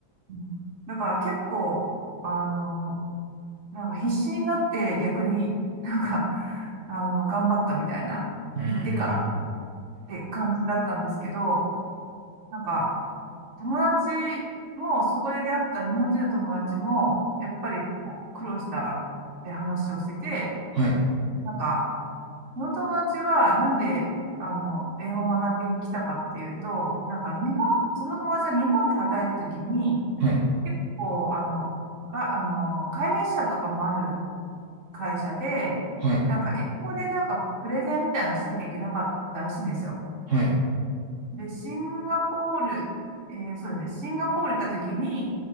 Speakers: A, on the right; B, on the right.
A: うんだから結構、あの、なんか必死になって逆になんか、あの、頑張ったみたいな、
B: うん。
A: 言ってからって感じだったんですけど、なんか友達もそこで出会った日本人の友達も、やっぱりこう苦労したって話をしてて、
B: はい。
A: なんか、その友達は、なんで、あの、英語を学びに来たかっていうと、なんか日本、その友達は日本で働いたときに、
B: はい。
A: 結構、あの、が、あの、海外支社とかもある会社で、
B: はい。
A: なんか英語でなんかプレゼンみたいなのをしなきゃいけなかったらしいんですよ。
B: はい。
A: で、シンガポール、えーそうですね、シンガポール行った時に、